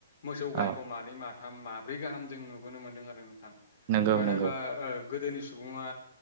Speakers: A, on the left (about 40°); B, on the right (about 30°).
A: मोसौ गायखौ
B: औ
A: मानै माथाम माब्रै गाहाम जों नुबोनो मोनदों आरो नोंथां
B: नंगौ
A: मानो
B: नंगौ
A: होनबा ओ गोदोनि सुबुङा